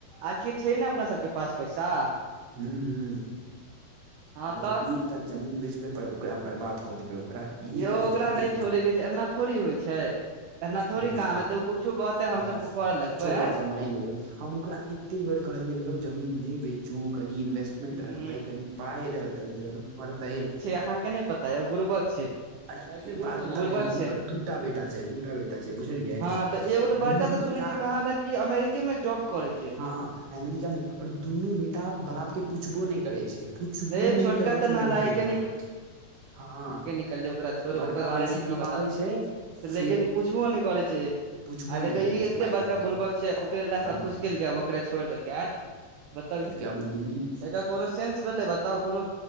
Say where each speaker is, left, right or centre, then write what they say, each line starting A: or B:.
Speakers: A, on the right; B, on the right.
A: आखिर छै ने अपना सभके पास पैसा
B: हूं हूं
A: हँ
B: यौ
A: तऽ
B: एकटा जमीन बेचबै पर ओकरा बर्बाद कऽ देबै ओकरा एक
A: यौ
B: रत्ती
A: ओकरा नहि
B: के
A: छोड़ेके छै। एना थोड़ी होइ छै। एना थोड़ी
B: ह
A: काम हेतै ओ कुछो कहते
B: हँ
A: हम सबके करऽ लगबै
B: किछु कहत
A: आँय
B: माय लेबै। हम ओकरा एते बेर कहलियै यौ जमीन नहि बेचू कनि इन्वेस्ट मेंट
A: हूं
B: रहतै कनि पाय रहतै जरूरत पड़तै
A: आहा के नहि पता आए गुरुपाग छै
B: अ एक
A: बुड़बक
B: बात बतबिये
A: छै
B: उनकर दूटा बेटा छै। दूटा बेटा छै। बुझलियै
A: हँ तऽ एगो तो
B: दुनू
A: बड़का तऽ
B: बेटा
A: सुनै छै। कहाँ दन अमेरिके में जॉब करे छै
B: हँ अमेरिकामे दुनू बेटा बाप के पुछबो नहि करै छै। पुछबो
A: रे छोटका
B: नहि करै
A: तऽ
B: छै।
A: नालायके
B: दुनू बेटा हँ
A: कि ओकरा छोड़
B: बड़का
A: ओकर बारेमे
B: बेसी
A: की
B: कमाबै
A: पता
B: छै से
A: लेकिन पुछबो नहि करै छै।
B: पुछबो
A: आ
B: नहि
A: देखिय
B: करै
A: ई
B: छै
A: एते
B: माय
A: बड़का
B: बाप के
A: बुर्बक छै। ओकरे लए
B: हँ
A: सभकुछु केलकै ओकरे छोड़ि देलक बतबी
B: क्य ब दली
A: एकर कोनो सेंस भेलै बता कोनो